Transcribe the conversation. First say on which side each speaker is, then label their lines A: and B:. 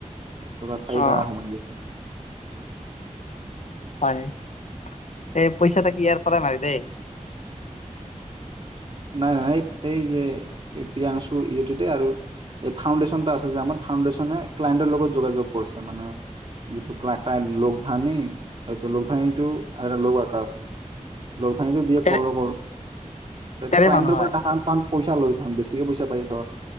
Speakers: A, on the right; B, on the left.
A: তো তাক চাৰি
B: অ
A: টাকা সোমাই দিছিল
B: হয় নেকি এই পইচা তা কি ইয়াৰ পৰা মাৰি দেই।
A: নাই নাই সেই এই যে প্ৰিয়াংশু ইহতে দেই আৰু এই ফাউণ্ডেশ্যনটা আছে যে আমাৰ ফাউডেশ্যনে ক্লায়ন্টৰ লগত যোগাযোগ কৰিছে মানে যিটো ক্লা আনি এইটো লোক টো আৰু লৱাৰ কাষ্ট লৌথাইটো দিয়ে
B: এৰে
A: কল কৰ এ
B: এৰে
A: কলাইণ্টৰ
B: মানুহ
A: পৰা
B: হয়
A: টাকা পইচা লয় তাহুন বেছিকে পইচা পাই ধৰ